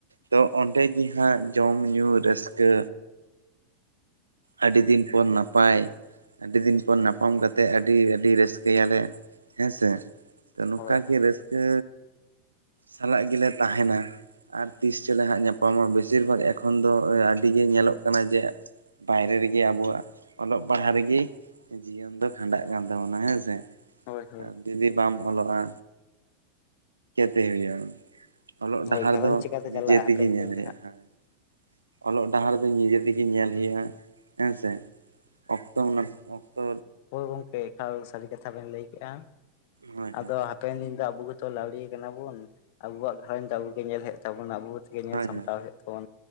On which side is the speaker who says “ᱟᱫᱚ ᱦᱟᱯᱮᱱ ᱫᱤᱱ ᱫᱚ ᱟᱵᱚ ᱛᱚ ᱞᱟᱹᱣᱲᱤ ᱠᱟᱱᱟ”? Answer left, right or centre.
Left